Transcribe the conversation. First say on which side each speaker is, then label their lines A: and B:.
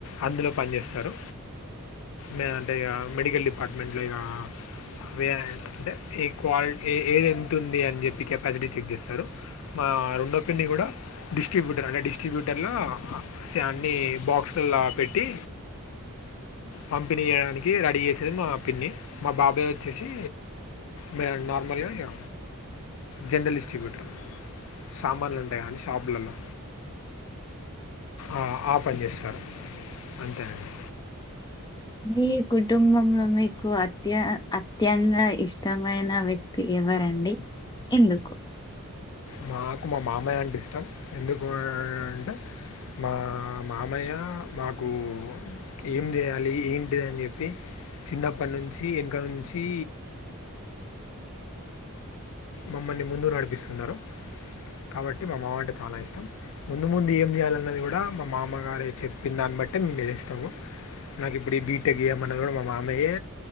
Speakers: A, on the left (about 65°); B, on the left (about 20°).
A: అందులో పనిచేస్తారు లేదంటే ఇక మెడికల్ డిపార్ట్మెంట్లో ఇక అదే అంటే ఏ క్వాలిటి ఏది ఎంతుంది అని చెప్పి కెపాసిటీ చెక్ చేస్తారు మా రెండో పిన్ని కూడా డిస్ట్రిబ్యూటర్ అంటే డిస్ట్రిబ్యూటర్లో అన్ని బాక్సల్ల పెట్టి పంపిణీ చేయడానికి రెడీ చేసేది మా పిన్ని మా బాబాయ్ వచ్చేసి మ నార్మల్ గా ఇగ జనరల్ డిస్ట్రిబ్యూటర్ సామాన్లు ఉంటాయి కదండి షాపులలో ఆ ఆ పని చేస్తారు అంతే అండి
B: మీ కుటుంబంలో మీకు అత్య అత్యంత ఇష్టమైన వ్యక్తి ఎవరండి ఎందుకు
A: మాకు మా మామయ్య అంటే ఇష్టం ఎందుకు అంటే మా మామయ్య మాకు ఏం చేయాలి ఏంటిది అన్ చెప్పి చిన్నప్పటి నుంచి వెనక నుంచి మమ్మల్ని ముందుక్ నడిపిస్తున్నారు కాబట్టి మా మావ అంటే చాలా ఇష్టం ముందు ముందు ఏం చేయాలన్నది కూడా మా మామగారే చెప్పిన దాన్ని బట్టే మేము చేస్తము నాకు ఇప్పుడు ఈ బీటెక్ జేయమన్నా కూడా మా మామయ్యే